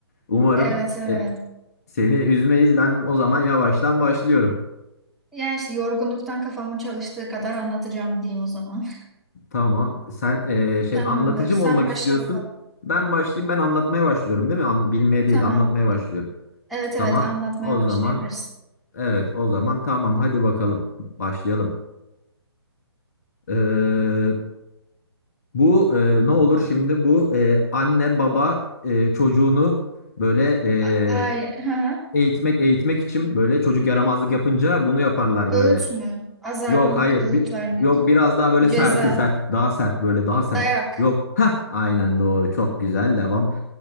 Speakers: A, on the left; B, in the centre.
A: umarım
B: Evet, evet.
A: e, seni üzmeyiz. Ben o zaman yavaştan başlıyorum.
B: Yani işte yorgunluktan kafamın çalıştığı kadar anlatacağım diyeyim o zaman.
A: Tamam. Sen e,
B: <laughs>
A: şey
B: Tamamdır.
A: anlatıcı
B: Sen
A: mı olmak
B: başla
A: istiyorsun?
B: bakalım.
A: Ben başlayayım. Ben anlatmaya başlıyorum, değil mi? An- bilmeye değil,
B: Tamam.
A: anlatmaya başlıyorum.
B: Evet evet
A: Tamam.
B: anlatmaya
A: O
B: başlayabiliriz.
A: zaman. Evet, o zaman tamam hadi bakalım başlayalım. Ee, bu e, ne olur şimdi bu e, anne baba e, çocuğunu böyle
B: A- Ay,
A: e,
B: hı hı.
A: eğitmek eğitmek için böyle çocuk yaramazlık yapınca bunu yaparlar
B: Öğüt
A: böyle.
B: mü? Azarlamak,
A: Yok hayır
B: öğüt
A: bir,
B: vermek.
A: yok biraz daha böyle
B: Ceza,
A: serti sert daha sert böyle daha sert.
B: dayak,
A: Yok ha aynen doğru çok güzel devam.